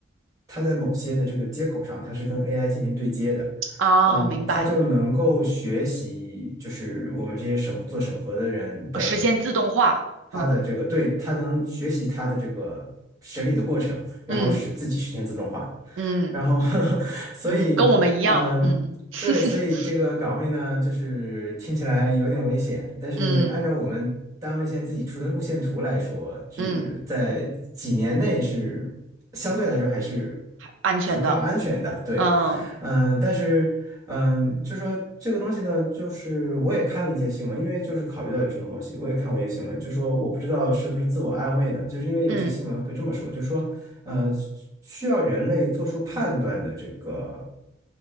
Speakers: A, on the right (about 20°); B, on the right (about 90°).
A: 它在某些的这个接口上，它是跟 AI 进行对接的，
B: 啊，
A: 嗯，
B: 明白，
A: 它就能够学习，就是我们这些审做审核的人的。
B: 呃实现自动化，
A: 他的这个，
B: 嗯，
A: 对，他能学习他的这个审理的过程，然后使自己实现自动化，
B: 嗯，嗯，
A: 然后 <laughs> 所以，
B: 嗯，跟我们一样，
A: 嗯，
B: 嗯，<laughs>
A: 对，所以这个岗位呢，就是听起来有点危险，但是按照我们单位现在自己出的路线图来说，
B: 嗯，
A: 只在几年内是相对来说还是
B: 嗯，安全的，
A: 可靠安全的，对，
B: 嗯，
A: 嗯，但是。嗯，就说这个东西呢，就是我也看了一些新闻，因为就是考虑到有这种东西，我也看过一些新闻，就说我不知道是不是自我安慰呢，就是因为有些新闻会这么说，
B: 嗯，
A: 就说呃，需要人类做出判断的这个